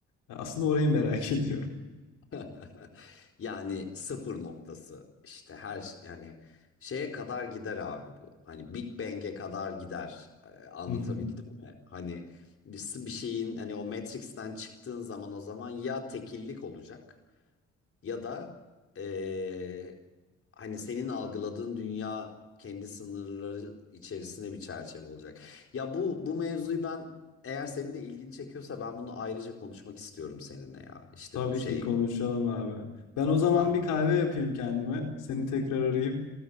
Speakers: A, on the left; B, on the left.
A: e, aslında orayı merak ediyorum.
B: <laughs> Yani sıfır noktası işte her yani şeye kadar gider abi bu. Hani Big Bang'e kadar gider. Ee, anlatabildim
A: <laughs>
B: mi? Hani bir, bir şeyin hani o Matrix'ten çıktığın zaman o zaman ya tekillik olacak Ya da eee, hani senin algıladığın dünya kendi sınırları içerisinde bir çerçeve olacak. Ya bu bu mevzuyu ben eğer senin de ilgini çekiyorsa ben bunu ayrıca konuşmak istiyorum seninle ya. İşte
A: Tabii
B: bu şey
A: ki konuşalım abi. Ben o zaman
B: abi
A: bir kahve yapayım kendime. Seni tekrar arayayım.